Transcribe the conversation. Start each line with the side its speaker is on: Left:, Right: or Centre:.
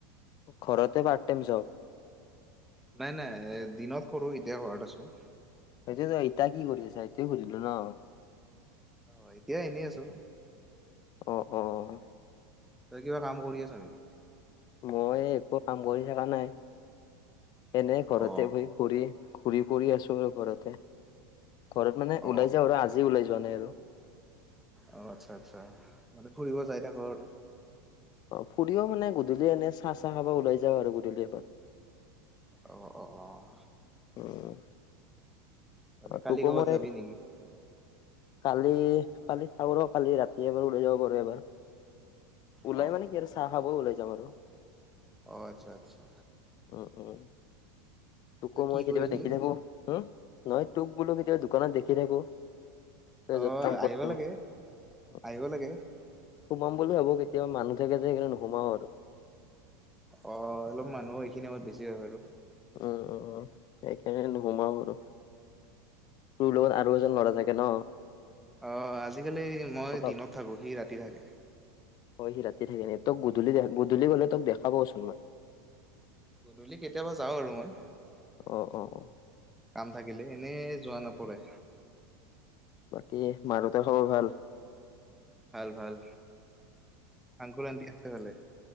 Left: ঘৰতে পাৰ্ট টাইম জব
Centre: নাই নাই এ দিনত কৰো এতিয়া ঘৰত আছো
Left: সেইটো ইতা কি কৰি আছা এটোয়ে সুধিলো ন
Centre: অ এতিয়া এনেই আছো
Left: অঁ অঁ
Centre: তই কিবা কাম কৰি আছ নেকি
Left: মই একো কাম কৰি থকা নাই এনে ঘৰতে
Centre: অ
Left: বৈ ঘূৰি ঘূৰি পৰি আছো আৰু ঘৰতে ঘৰত মানে
Centre: অ
Left: ওলাই যাওঁ আৰু আজি ওলাই যোৱা নাই আৰু
Centre: অহ আচ্ছা আচ্ছা মানে ফুৰিব যাই থাকো আৰু
Left: অহ ফুৰিব মানে গধূলি এনে চাহ চাহ খাব ওলাই যাওঁ আৰু গধূলি এবাৰ
Centre: অহ অহ অহ
Left: উম
Centre: বাকী
Left: অহ
Centre: কালি
Left: তোকো
Centre: কৰ'বাত
Left: মই
Centre: যাবি নেকি?
Left: কালি কালি চাওঁ ৰ কালি ৰাতি এবাৰ ওলাই যাব পাৰো এবাৰ ওলাই
Centre: অ
Left: মানে কি আৰু চাহ খাব ওলাই যাম আৰু
Centre: অহ আচ্ছা আচ্ছা
Left: উম উম তোকো
Centre: তই
Left: মই
Centre: কি
Left: কেতিয়াবা
Centre: কৰিছিলি?
Left: দেখি থাকো হো নহয় তোক বোলো কেতিয়াবা দোকানত দেখি থাকো তেজত
Centre: অ
Left: কাম কৰ
Centre: আহিব
Left: <unintelligible>
Centre: লাগে আহিব লাগে
Left: সোমাম বুলি হব কেতিয়া কেতিয়াবা মানুহ থাকে সেইকাৰে নোসোমাও আৰু
Centre: অহ অলপ মানুহ এইখিনি সময়ত বেছি হয় আৰু
Left: উম সেইকাৰণে নোসোমাওঁ আৰু তোৰ লগত আৰু এজন ল'ৰা থাকে ন।
Centre: অহ আজিকালি মই
Left: অলপ
Centre: দিনত থাকো সি ৰাতি থাকে
Left: হয় সি ৰাতি থাকে ন তোক গধূলি গধূলি গলে তোক দেখাবচোন মই
Centre: গধূলি কেতিয়াবা যাওঁ আৰু মই
Left: অ অ অ
Centre: কাম থাকিলে এনে যোৱা নপৰে
Left: বাকী মা দেউতাৰ খবৰ ভাল?
Centre: ভাল ভাল আংকল আন্টি আছে ভালে?